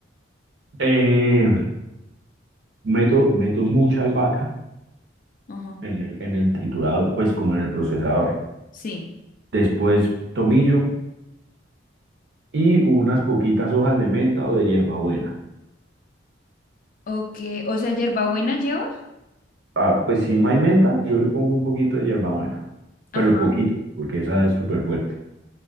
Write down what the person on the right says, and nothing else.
Eh, meto, meto mucha albahaca
en el, en el triturador, pues como en el procesador.
Después tomillo y unas poquitas hojas de menta o de hierbabuena.
Ah, pues si no hay menta, yo le pongo un poquito de hierbabuena,
pero poquito, porque esa es súper fuerte.